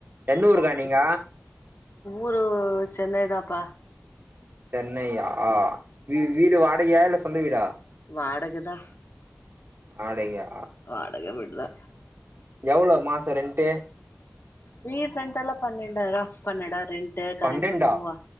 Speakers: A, on the right (about 55°); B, on the left (about 65°).
A: எந்த ஊருக்கா
B: அப்டி
A: நீங்க
B: ஊரு சென்னைதாப்பா
A: சென்னையா வீ வீடு வாடகையா இல்ல சொந்த வீடா
B: வாடகதா
A: வாடகையா
B: வாடக வீடுதா
A: எவ்ளோ மாசோ ரென்ட்டு
B: வீடு ரென்ட்டெல்லா பன்னெண்டாயிரூவா பன்னெடா ரென்ட்டு கரண்ட்
A: பன்னெண்டா
B: பில் மூவா